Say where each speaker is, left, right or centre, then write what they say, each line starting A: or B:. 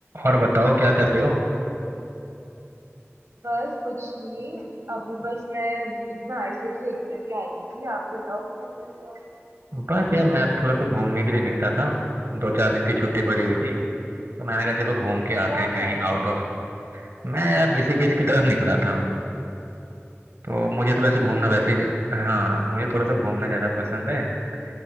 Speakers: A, on the right; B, on the right.
A: और बताओ क्या कर रहे हो
B: बस कुछ नहीं अभी बस मैं बाहर से खेल कर ही आ रही थी आप बताओ क्या कर रहे हो
A: बस यार मैं थोड़ा सा घूमने के लिए निकला था दो चार दिन की छुट्टी पड़ी हुई थी तो मैंने कहा चलो घूम के आते
B: कहाँ
A: हैं
B: जा
A: कहीं
B: रहे
A: आउट ऑफ मैं यार ऋषिकेश की तरफ निकला था तो मुझे
B: हो
A: तो
B: ऋषिकेश
A: वैसे घूमना वैसे ही हाँ मुझे थोड़ा सा घूमना ज़्यादा पसंद है मेरी